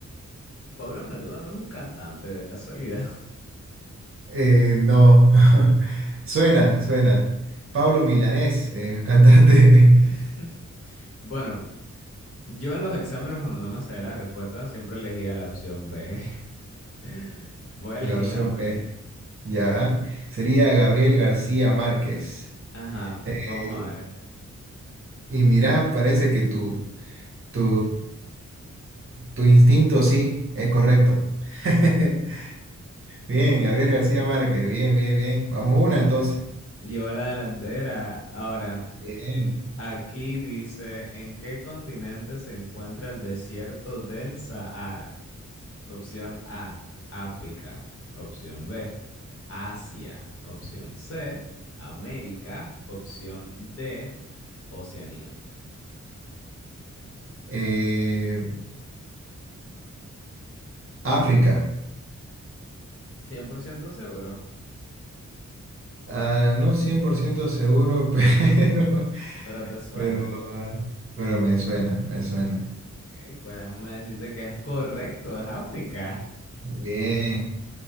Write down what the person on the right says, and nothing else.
Eh, no, <laughs> suena, suena. Pablo Milanés, eh, un cantante.
<laughs>
Y
la opción
B, ya, sería Gabriel García Márquez.
Eh,
y mira, parece que tu, Tu, tu instinto, sí, es correcto. <laughs> Bien,
Gabriel García Márquez, bien, bien, bien. Vamos una entonces.
Bien.
Eh, África.
Ah, no 100% seguro, <laughs> pero,
pero, ah, pero me suena, me suena.
Bien,